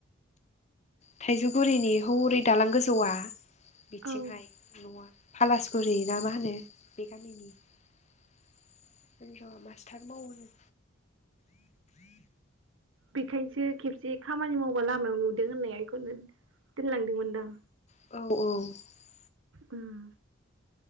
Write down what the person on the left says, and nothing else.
थाइजौगुरिनि हरै दालां गोजौआ। बिथिंहाय
न'आ। पालासगुरि ना मा होनो बे गामिनि र' मास्टार मावोनो।
औ-औ।